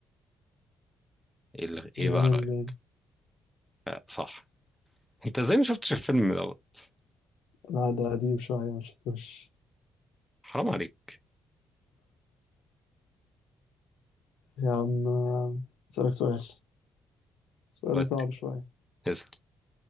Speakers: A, in the centre; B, on the left.
A: ال-
B: جانا
A: ايه بقى رايك
B: المال
A: أه صح انت ازاي ما شفتش الفيلم دوت
B: لا ده قديم شوية ما شفتوش
A: حرام عليك
B: يا عم أسألك سؤال سؤال
A: ودي
B: صعب شوية
A: اسال